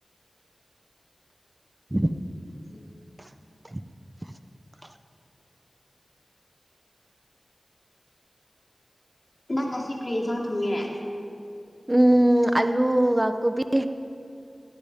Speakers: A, on the right; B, on the left.
A: ꯎꯝ
B: <inaudible>
A: <inaudible>
B: ꯅꯪ ꯉꯁꯤ ꯀꯔꯤ ꯌꯦꯟꯁꯥꯡ ꯊꯨꯡꯉꯦ
A: ꯎꯝ ꯑꯜꯂꯨꯒ ꯀꯣꯕꯤ